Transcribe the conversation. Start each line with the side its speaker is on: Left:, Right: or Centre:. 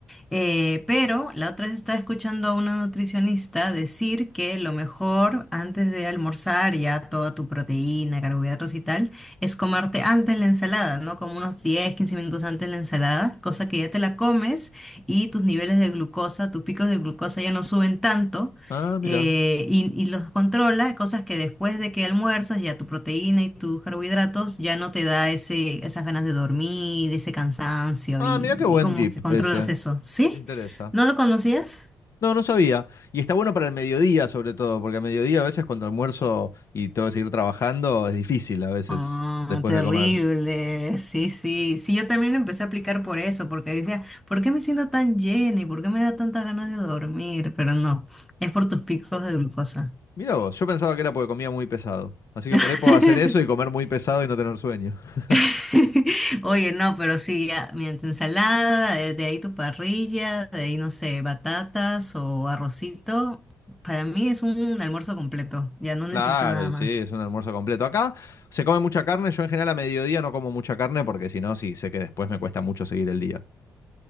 Centre: eh, pero la otra vez estaba escuchando a una nutricionista decir que lo mejor antes de almorzar ya toda tu proteína, carbohidratos y tal, es comerte antes la ensalada, ¿no? Como unos 10, 15 minutos antes la ensalada, cosa que ya te la comes y tus niveles de glucosa, tus picos de glucosa ya no suben tanto
Left: Ah, mira.
Centre: eh, y, y los controla, cosas que después de que almuerzas, ya tu proteína y tus carbohidratos ya no te da ese, esas ganas de dormir, ese cansancio
Left: Ah,
Centre: y,
Left: mira qué buen
Centre: y como
Left: tip
Centre: que controlas
Left: ese.
Centre: eso. ¿Sí?
Left: Me interesa.
Centre: ¿No lo conocías?
Left: No, no sabía. Y está bueno para el mediodía, sobre todo, porque a mediodía a veces cuando almuerzo y tengo que seguir trabajando, es difícil a veces
Centre: Ah,
Left: después
Centre: terrible.
Left: de comer.
Centre: Sí, sí. Sí, yo también lo empecé a aplicar por eso, porque decía, ¿por qué me siento tan llena y por qué me da tantas ganas de dormir? Pero no, es por tus picos de glucosa.
Left: Mira vos, yo pensaba que era porque comía muy pesado. Así que
Centre: <laughs>
Left: por ahí puedo hacer eso y comer muy pesado y no tener sueño. <laughs>
Centre: <laughs> Oye, no, pero sí, ya, mira, tu ensalada, de, de ahí tu parrilla, de ahí, no sé, batatas o arrocito. Para mí es un almuerzo completo, ya no
Left: Claro,
Centre: necesito nada
Left: y
Centre: más.
Left: sí, es un almuerzo completo. Acá se come mucha carne, yo en general a mediodía no como mucha carne porque si no, sí, sé que después me cuesta mucho seguir el día.